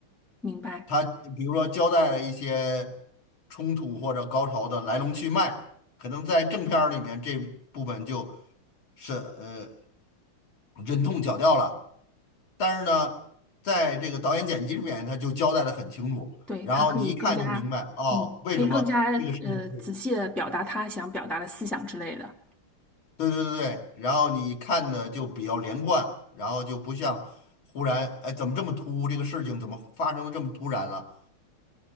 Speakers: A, in the centre; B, on the left.
A: 明白。
B: 他比如说交代了一些冲突或者高潮的来龙去脉，可能在正片儿里面这部分就是呃忍痛绞掉了，但是呢，在这个导演剪辑里面他就交代的很清楚，
A: 对，
B: 然后你一看就明白哦，
A: 他可以更加，嗯，
B: 为什么这个事情会，
A: 可以更加呃仔细的表达他想表达的思想之类的。
B: 对对对对，然后你看的就比较连贯，然后就不像忽然哎怎么这么突兀，这个事情怎么发生的这么突然了，